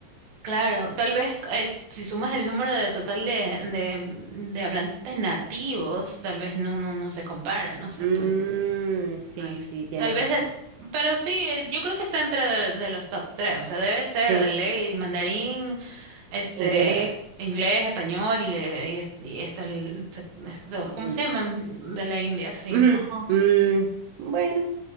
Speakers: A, on the right; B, on the right.
A: Claro, tal vez el, si sumas el número de total de, de, de hablantes nativos, tal vez no, no, no se compara, no sé,
B: Mm,
A: pues no.
B: sí,
A: Ahí
B: sí,
A: es-
B: tienes
A: tal vez
B: razón.
A: es, pero sí, eh, yo creo que está entre de, de los top tres, o sea, debe ser
B: Sí,
A: de
B: sí,
A: ley,
B: sí.
A: mandarín este,
B: Inglés,
A: inglés, español y, eh, y, es- y este, el, se- estos,
B: el
A: ¿cómo
B: hindi.
A: se llaman? De la India, sí.
B: Ujú,
A: Ajá.
B: mm, bueno,